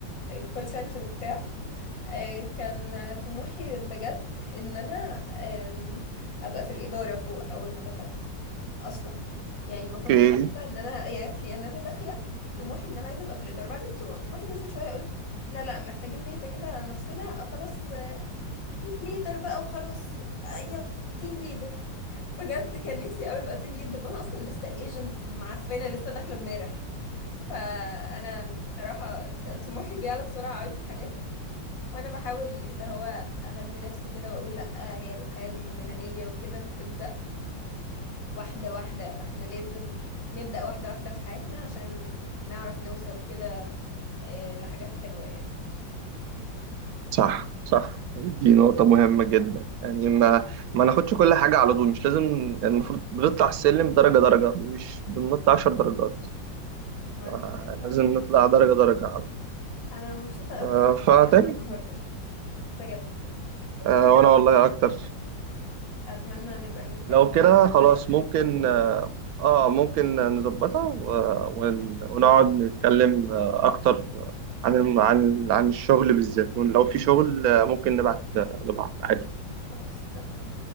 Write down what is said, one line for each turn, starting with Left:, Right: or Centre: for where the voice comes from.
Left: كول سنتر وبتاع آه، كان طموحي بجد ان انا آم، ابقى في الاداره فوق اول ما دخلت اصلا يعني ما كنتش
Right: أوكي
Left: حابه ان انا <laughs> يعني يعني انا داخله طموحي ان انا عايزه ابقى في الاداره بعدين طم- طموحي نزل شويه قلت لا لا محتاجين نهدى كده على نفسنا خلاص تيم ليدر بقى وخلاص آه، يلا تيم ليدر بجد كان نفسي قوي ابقى تيم ليدر وانا اصلا لسه ايجنت معفنه لسه داخله امبارح فانا بصراحه طموحي بيعلى بسرعه قوي في الحاجات وانا بحاول اللي هو اهدي نفسي كده واقول لا هي الحياة المهنية وكده بتبدأ واحدة واحدة فاحنا لازم نبدأ واحدة واحدة في حياتنا عشان نعرف نوصل كده آه، لحاجات حلوة يعني
Right: صح صح دي نقطة مهمة جدا يعني ما ما ناخدش كل حاجة على طول مش لازم يعني المفروض بنطلع السلم درجة درجة مش بننط عشر درجات
Left: معاك
Right: آه،
Left: حق فعلا
Right: لازم نطلع درجة درجة على طول.
Left: انا مبسوطة قوي
Right: آه،
Left: ان احنا
Right: فتمام
Left: اتكلمنا النهاردة بجد
Right: آه، وأنا والله أكتر
Left: اتمنى نبقى نتكلم
Right: لو كده
Left: تاني
Right: خلاص
Left: قريب
Right: ممكن آه آه، ممكن نظبطها و- ون- ونقعد نتكلم آه، أكتر عن الم- عن عن الشغل بالذات ولو في شغل آه، ممكن نبعت لبعض عادي
Left: خلاص اتفقنا